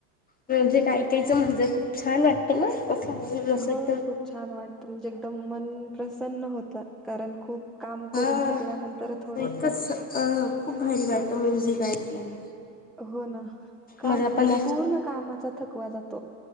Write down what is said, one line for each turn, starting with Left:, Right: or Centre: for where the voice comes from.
Left: म्युझिक ऐकायचं म्हणजे खूप छान वाटत ना? असं म्हणून असं
Centre: हो
Left: एकदम
Centre: खूप छान वाटतं, म्हणजे एकदम मन प्रसन्न होतं. कारण खूप काम
Left: हा
Centre: करून थकल्यानंतर थोडस
Left: एकच अ खूप भारी वाटत म्युझिक ऐकल्याने.
Centre: हो ना, काम
Left: मला
Centre: म्हणजे
Left: पण
Centre: पूर्ण कामाचा थकवा जा तो